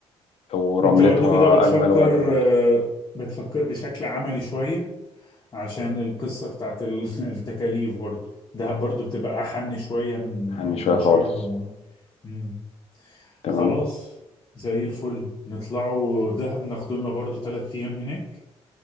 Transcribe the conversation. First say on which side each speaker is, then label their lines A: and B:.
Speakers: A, on the left; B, on the left.
A: ورملتها
B: انت برضو كده بتفكر
A: اجمل واجمل
B: آه، بتفكر بشكل عملي شوية عشان القصة بتاعت ال- <laughs> التكاليف برضو دهب
A: اه
B: برضو بتبقى أحن شوية من
A: حني شوية
B: من
A: خالص
B: شرم و... مم.
A: تمام
B: خلاص زي الفل نطلعوا دهب ناخدولنا برضو تلات أيام هناك